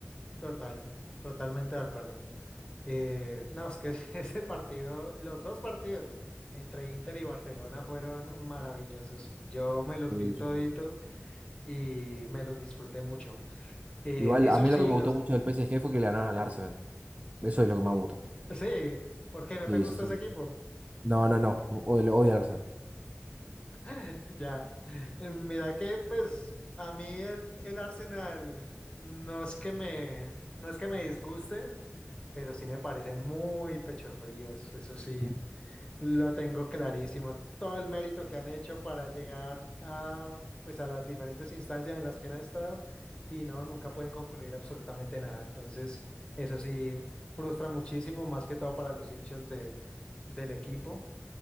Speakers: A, on the left (about 20°); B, on the right (about 30°).
A: Total, totalmente de acuerdo. Eh, no, es que <laughs> ese partido, los dos partidos entre Inter y Barcelona fueron maravillosos. Yo me los
B: Sí,
A: vi toditos
B: sí, sí.
A: y me los disfruté mucho. Eh,
B: Igual,
A: eso
B: a mí
A: sí,
B: lo que me
A: los...
B: gustó mucho del P S G fue que le ganaron al Arsenal. Eso es lo que más me gustó.
A: Sí, ¿por qué no
B: Sí,
A: te gusta
B: sí, sí.
A: ese equipo?
B: No, no, no. Odio, odio al Arsenal.
A: <laughs> Ya. Eh, Mira que pues a mí el, el Arsenal no es que me, no es que me disguste. pero sí me parecen muy pecho fríos, eso sí,
B: Mm.
A: lo tengo clarísimo. Todo el mérito que han hecho para llegar a, pues, a las diferentes instancias en las que han estado y no, nunca pueden concluir absolutamente nada. Entonces, eso sí, frustra muchísimo, más que todo para los hinchas de, del equipo.